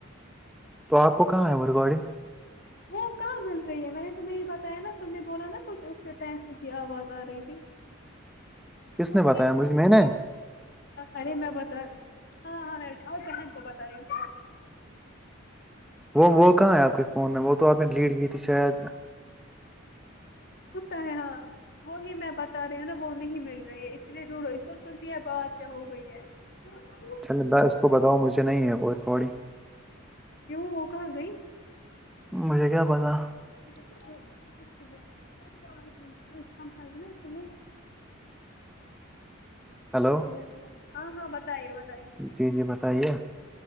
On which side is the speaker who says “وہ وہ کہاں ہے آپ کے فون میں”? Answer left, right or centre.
Centre